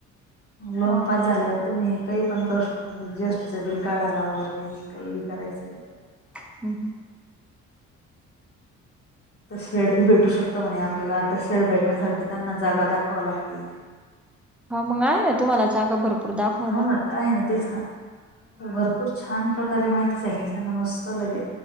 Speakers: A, on the left; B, in the centre.
A: लोन
B: हो
A: पास
B: का
A: झाल्यावर तुम्ही काही पण करु शकता, जी एस टीच बिल काढाला वगैरे, काही विचारायचं काय?
B: हम हम
A: तर शेड बी भेटू शकत म्हणे आपल्याला तर शेड भेटण्यासाठी त्यांना जागा दाखवाव लागती.
B: हा मग आहे ना तुम्हाला जागा भरपूर दाखवाला.
A: हो ना आहे ना तेच ना भरपूर छान प्रकारे माहिती सांगितली त्यांना मस्त लगे